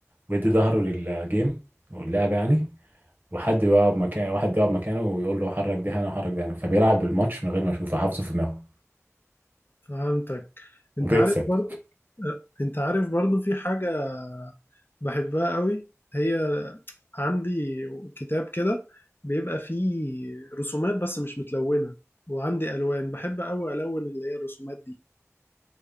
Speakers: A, on the right; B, on the left.
A: ويدي ظهره للجيم واللعب يعني وحد يقعد مكان واحد يقعد مكانه ويقول له حرك ده هنا وحرك ده هنا فبيلعب الماتش من غير ما يشوفه حافظه في دماغه
B: فهمتك أنت
A: وبيكسب
B: عارف برضه أه، أنت عارف برضه في حاجة بحبها قوي هي عندي كتاب كده بيبقى فيه رسومات بس مش متلونة وعندي ألوان بحب قوي ألون اللي هي الرسومات دي